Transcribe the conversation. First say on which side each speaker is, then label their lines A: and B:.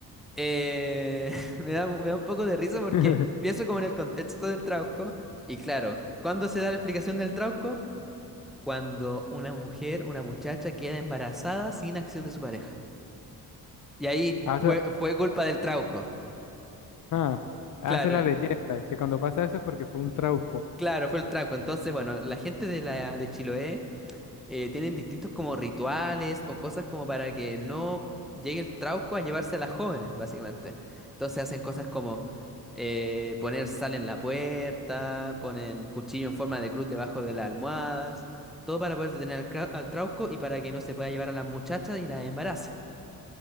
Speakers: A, in the centre; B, on the left.
A: Eh, <laughs> me da, me da un poco de risa porque
B: <laughs>
A: pienso como en el contexto del trauco y claro, ¿cuándo se da la explicación del trauco? Cuando una mujer, una muchacha queda embarazada sin acción de su pareja. Y ahí
B: Hace,
A: fue, fue culpa del trauco.
B: ah, hace
A: Claro,
B: la leyenda, que cuando pasa eso es porque fue un trauco.
A: claro, fue el trauco. Entonces, bueno, la gente de la de Chiloé eh, tienen distintos como rituales o cosas como para que no llegue el trauco a llevarse a las jóvenes, básicamente. Entonces hacen cosas como eh, poner sal en la puerta, ponen cuchillo en forma de cruz debajo de las almohadas, todo para poder detener al, cra- al trauco y para que no se pueda llevar a las muchachas y las embarace. <laughs>